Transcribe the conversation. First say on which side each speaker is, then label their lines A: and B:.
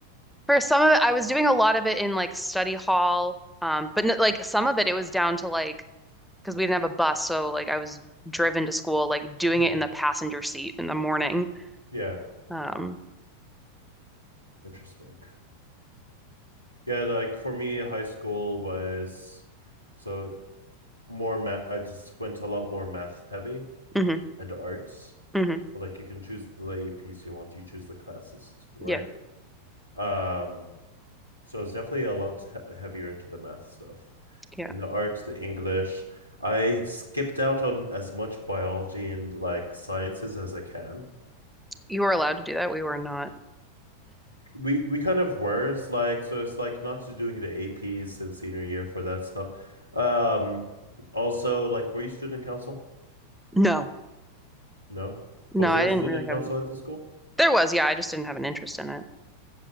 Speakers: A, in the centre; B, on the right.
A: for some of it, I was doing a lot of it in like study hall. Um, but n like some of it, it was down to like because we didn't have a bus, so like I was driven to school, like doing
B: Mm.
A: it in the passenger seat in the morning.
B: Yeah,
A: Um,
B: interesting. Yeah, like for me, high school was so more math. I just went a lot more math heavy.
A: hmm
B: and arts.
A: hmm
B: Like you can choose the APs you want, you choose the classes, right?
A: yeah,
B: Um, so it's definitely a lot he- heavier into the math stuff
A: yeah.
B: and the arts, the English. I skipped out on as much biology and like sciences as I can.
A: You were allowed to do that. We were not.
B: We we kind of were it's like so it's like not doing the APs in senior year for that stuff. Um, also like were you student council?
A: No,
B: No.
A: no,
B: Was
A: I
B: there a
A: didn't
B: student
A: really have
B: council
A: an.
B: at the school?
A: There was, yeah, I just didn't have an interest in it.